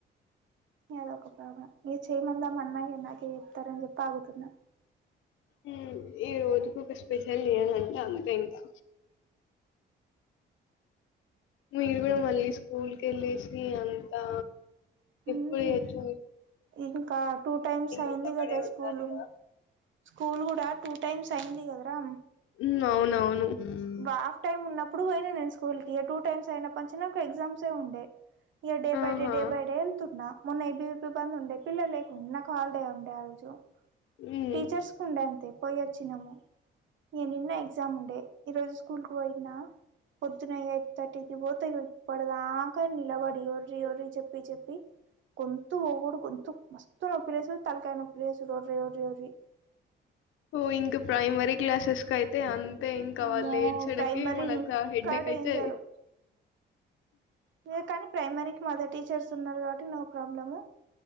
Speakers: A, on the right; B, on the left.
A: అదొక ప్రాబ్లం ఇగ చేయ్ మందామన్న ఇగ నాకే చెప్తారని చెప్పి ఆగుతున్నా.
B: ఉ ఇగ రోజుకు ఒక స్పెషల్ చెయ్యాలంటే అంతే ఇంకా. మీరు కూడా మళ్ళీ స్కూల్ కెళ్ళేసి అంతా ఎప్పుడు
A: మ్మ్
B: చేయొచ్చో.
A: ఇంకా టూ టైమ్స్ అయింది
B: నిలబడే
A: కదా
B: ఉండాలి
A: స్కూలు
B: కదా
A: స్కూల్ కూడా టూ టైమ్స్ అయింది కదరా.
B: ఉ అవునవును. హ్మ్.
A: గా హాఫ్ టైమ్ ఉన్నప్పుడు పోయినా నేను స్కూల్ కి ఇగ టూ టైమ్స్ అయినప్పటి నుంచి నాకు ఎగ్జామ్సే ఉండే ఇక డే
B: ఆహా!
A: బై డే డే బై డే ఎళ్తున్నా. మొన్న ఎబివిపి బంద్ ఉండే పిల్లలు లేకుండే నాకు హాలిడే ఉండే ఆ రోజు.
B: హ్మ్.
A: టీచర్స్ ఉండే అంతే పోయి వచ్చినాము ఇగ నిన్న ఎగ్జామ్ ఉండే. ఈ రోజు స్కూల్ కి పోయిన్నా పొద్దున యైట్ థర్టీకి పోతె ఇగ. ఇప్పడిదాగా నిలబడి ఒర్రి ఒర్రి చెప్పి చెప్పి గొంతు. గొంతు మస్తు నొప్పి లేస్తాది తలకాయ నొప్పి లేసుడు ఒర్రి ఒర్రి ఒర్రి
B: ఓ ఇంకా ప్రైమరీ క్లాసెస్ కయితే అంతే అయితే ఇంకా
A: అమ్మో
B: వాళ్ళు ఏడ్చేటకే
A: ప్రైమరీ
B: మనకు
A: ఇంకా
B: హెడ్డేక్
A: డేంజరు
B: అయితది.
A: అదే కానీ ప్రైమరీకి మదర్ టీచర్స్ ఉన్నారు కాబట్టి నో ప్రాబ్లము.